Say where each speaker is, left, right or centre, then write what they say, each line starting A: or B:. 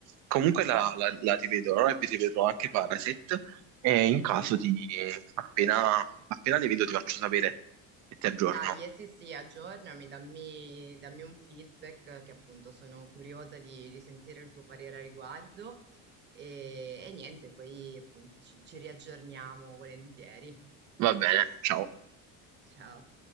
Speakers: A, on the right (about 55°); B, on the right (about 30°).
A: Comunque la, la, la rivedrò e vi rivedrò anche Paraset e in
B: Mhm.
A: caso ti, appena, appena le vedo ti faccio sapere e ti aggiorno.
B: Dai, eh, sì, sì, aggiornami, dammi, dammi un feedback eh, che appunto sono curiosa di, di sentire il tuo parere a riguardo e, e niente, poi appunto ci ci riaggiorniamo volentieri.
A: Va bene, ciao.
B: Ciao.